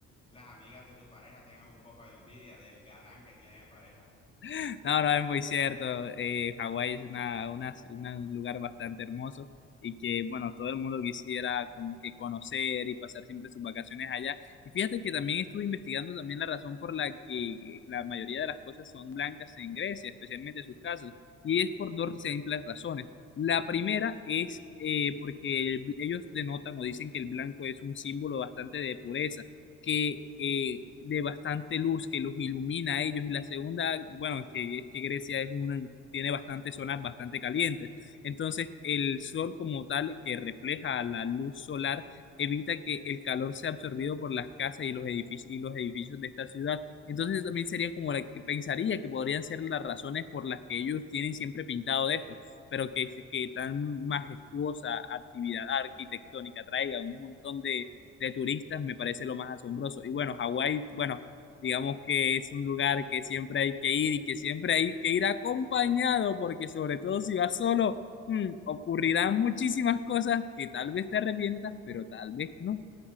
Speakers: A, on the left (about 20°); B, on the left (about 40°).
A: las amigas de tu pareja tengan un poco de envidia del galán que tiene de pareja.
B: <laughs> No, no, es muy cierto. Eh, Hawái es una, una, una- un lugar bastante hermoso y que, bueno, todo el mundo quisiera como que conocer y pasar siempre sus vacaciones allá. Y fíjate que también estuve investigando también la razón por la que la mayoría de las cosas son blancas en Grecia, especialmente sus casas, y es por dos simples razones. La primera es eh, porque el- ellos denotan o dicen que el blanco es un símbolo bastante de pureza que eh, de bastante luz que los ilumina a ellos y la segunda, bueno, que es que Grecia es una, tiene bastantes zonas bastante calientes. Entonces, el sol como tal que refleja la luz solar evita que el calor sea absorbido por las casas y los edificios y los edificios de esta ciudad. Entonces, eso también sería como la que pensaría que podrían ser las razones por las que ellos tienen siempre pintado de esto, pero que, que tan majestuosa actividad arquitectónica traiga un montón de de turistas me parece lo más asombroso. Y bueno, Hawái, bueno, digamos que es un lugar que siempre hay que ir y que siempre hay que ir acompañado, porque sobre todo si vas solo, mm, ocurrirán muchísimas cosas que tal vez te arrepientas, pero tal vez no.